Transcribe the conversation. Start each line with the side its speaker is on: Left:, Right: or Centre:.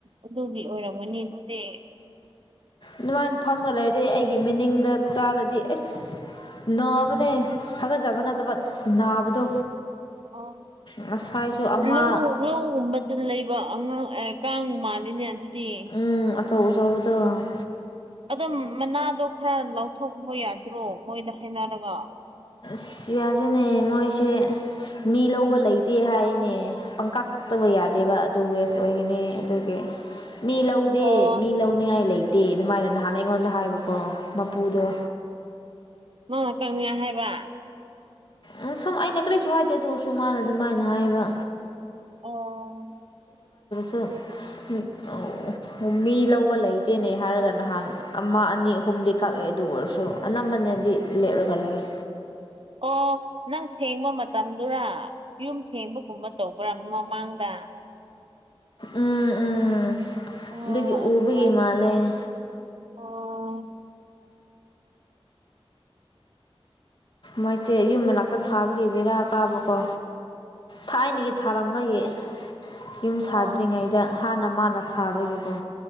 Right: ꯑꯗꯨꯗꯤ ꯑꯣꯏꯔꯝꯒꯅꯤ ꯑꯗꯨꯗꯤ
Left: ꯅꯨꯡꯉꯥꯏꯅ ꯐꯝꯒ ꯂꯩꯔꯦ ꯑꯩꯒꯤ ꯃꯤꯅꯤꯡꯗ ꯆꯥꯔꯗꯤ ꯑꯁ ꯅꯥꯕꯅꯦ ꯊꯒꯠꯆꯕ ꯅꯠꯇꯕ ꯅꯥꯕꯗꯣ
Right: ꯑ
Left: ꯉꯁꯥꯏꯁꯨ ꯑꯃ
Right: ꯂ ꯂꯧꯕꯗꯨ ꯂꯩ ꯑꯉꯥꯡ ꯑꯦ ꯀꯥꯡ ꯃꯥꯜꯂꯤꯅꯦ ꯑꯗꯨꯗꯤ
Left: ꯎꯝ ꯑꯆꯧ ꯑꯆꯧꯕꯗ
Right: ꯑꯗꯨꯝ ꯃꯅꯥꯗꯣ ꯈꯔ ꯂꯧꯊꯣꯛꯕ ꯌꯥꯗ꯭ꯔꯣ ꯃꯣꯏꯗ ꯍꯥꯏꯅꯔꯒ
Left: ꯁꯤ ꯌꯥꯖꯅꯦ ꯃꯣꯏꯁꯦ ꯃꯤ ꯂꯧꯕ ꯂꯩꯇꯦ ꯍꯥꯏꯅꯦ ꯄꯪꯀꯥ ꯀꯛꯇꯕ ꯌꯥꯗꯦꯕ ꯑꯗꯨ ꯋꯦꯁ ꯑꯣꯏꯒꯅꯤ ꯑꯗꯨꯒꯤ ꯃꯤ ꯂꯧꯗꯦ
Right: ꯑꯣ
Left: ꯃꯤ ꯂꯧꯅꯤꯉꯥꯏ ꯂꯩꯇꯦ ꯑꯗꯨꯃꯥꯏꯅꯅ ꯍꯥꯟꯅ ꯑꯩꯉꯣꯟꯗ ꯍꯥꯏꯕꯀꯣ ꯃꯄꯨꯗꯣ
Right: ꯎꯝ ꯃꯥꯅ ꯀꯛꯅꯤꯉ ꯍꯥꯏꯕ
Left: ꯎꯝ ꯁꯨꯝ ꯑꯩꯅ ꯀꯔꯤꯁꯨ ꯍꯥꯏꯗꯦ ꯑꯗꯨ ꯑꯣꯏꯔꯁꯨ ꯃꯥꯅ ꯑꯗꯨꯝꯥꯏꯅ ꯍꯥꯏꯕ
Right: ꯑꯣ
Left: ꯑꯗꯨ ꯃꯤ ꯂꯧꯕ ꯂꯩꯇꯦꯅꯦ ꯍꯥꯏꯔꯒ ꯅꯍꯥꯟ ꯑꯃ ꯑꯅꯤ ꯑꯍꯨꯝꯗꯤ ꯀꯛꯑꯦ ꯑꯗꯨ ꯑꯣꯏꯔꯁꯨ ꯑꯅꯝꯕꯅꯗꯤ ꯂꯩꯔꯒꯒꯤ
Right: ꯑꯣ ꯅꯪ ꯁꯦꯡꯕ ꯃꯇꯝꯗꯨꯔ ꯌꯨꯝ ꯁꯦꯡꯕꯒꯨꯝꯕ ꯇꯧꯕ꯭ꯔꯥ ꯃꯃꯥꯡꯗ
Left: ꯎꯝ ꯎꯝ ꯑꯗꯨꯒꯗꯒꯤ
Right: ꯑꯣ
Left: ꯑꯣꯕꯒꯤꯃꯂꯦꯥ
Right: ꯑꯗꯨꯃꯥꯏ ꯑꯣ
Left: ꯃꯣꯏꯁꯦ ꯌꯨꯝ ꯃꯅꯥꯛꯇ ꯊꯥꯕꯒꯤ ꯕꯦꯔꯥ ꯀꯥꯕꯀꯣ ꯊꯥꯏꯅꯒꯤ ꯊꯥꯔꯝꯃꯒꯤ ꯌꯨꯝ ꯁꯥꯗ꯭ꯔꯤꯉꯩꯗ
Right: ꯑꯥ
Left: ꯍꯥꯟꯅ ꯃꯥꯅ ꯅ ꯊꯥꯕꯒꯤꯀꯣ